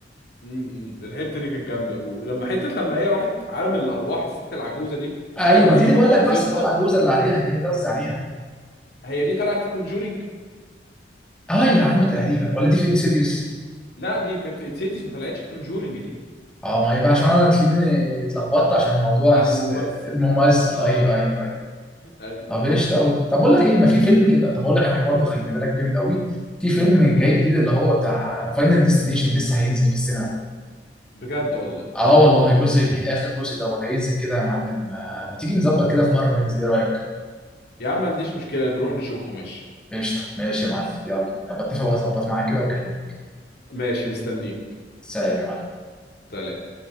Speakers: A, on the left; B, in the centre.
A: امم الحته دي كانت جامده ولما حته لما هي راحت عالم الارواح الست العجوزه دي والست
B: ايوه
A: العجوزه
B: ما دي اللي
A: جت
B: بقول
A: انقذتها
B: لك بقى الست العجوزه اللي عليها دي ده قصدي عليها
A: هي دي طلعت في كونجورينج
B: اه يا عم تقريبا ولا دي في انسيديوس
A: لا دي كانت في انسيديوس ما طلعتش في كونجورينج دي
B: اه ما يبقى عشان انا تلاقيني اتلخبطت عشان موضوع
A: مع
B: الس-
A: الممثل
B: الممثل
A: اه
B: ايوه ايوه ايوه
A: أيوة.
B: طب ايش قوي طب بقول لك ايه ما في فيلم كده طب اقول لك انا حاجه برضه خلي بالك جامد قوي في فيلم جاي جديد اللي هو بتاع فاينل ديستنيشن لسه هينزل في السينما
A: بجد والله
B: اه والله الجزء الجديد اخر جزء دوت هينزل كده يا معلم آه، ما تيجي نظبط كده في مره وننزل ايه رايك
A: يا عم ما عنديش مشكله نروح نشوفه ماشي
B: قشطه ماشي يا معلم يلا ابقى اتفق واظبط معاك كده واكلمك
A: ماشي مستنيك
B: سلام يا معلم
A: سلام